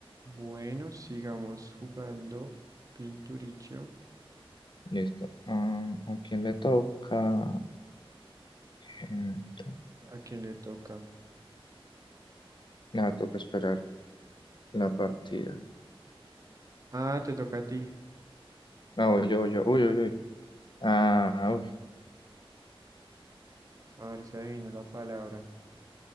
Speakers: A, on the right; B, on the left.
A: Bueno, sigamos jugando pinturillo.
B: Listo. Am, ¿a quién le toca? Em, tra-
A: ¿A quién le toca?
B: Nada, toca esperar la partida.
A: Ah, te toca a ti.
B: Ah, voy yo, voy yo. Uy, uy, uy. Ah, uy.
A: A ver si adivino la palabra.